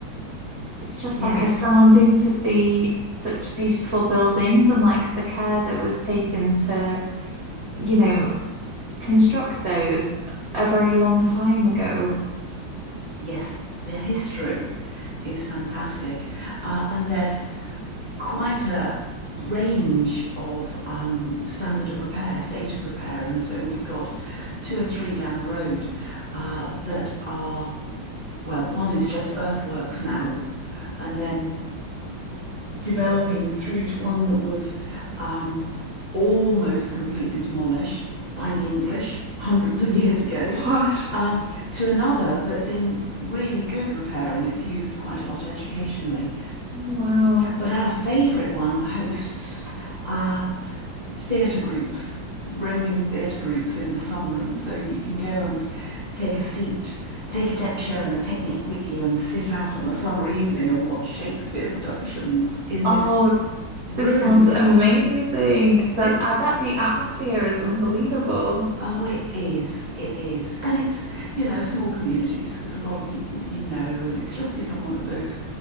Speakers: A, on the right; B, on the left.
A: it's just
B: Yes,
A: like astounding to see such beautiful buildings and like the care that was taken to, you know, construct those a very long time ago.
B: yes, the history is fantastic. Uh, and there's quite a range of um, standard of repair, state of repair. And so we've got two or three down the road uh, that are, well, one is just earthworks now. And then developing through to one that was um, almost completely demolished by the English hundreds of years ago,
A: Gosh.
B: um, to another that's in really good repair and it's used quite a lot educationally.
A: Oh, wow.
B: But our favourite one hosts uh, theatre groups, roaming theatre groups in the summer. And so you can go and take a seat, take a deck chair and a picnic with you and sit out on a summer evening and watch Shakespeare productions in
A: Oh,
B: this Ruined
A: this sounds
B: castle.
A: amazing. That
B: It's
A: I bet the atmosphere is unbelievable.
B: oh, it is. It is. And it's, you know, a small community, so there's a lot of people that you know, and it's just become one of those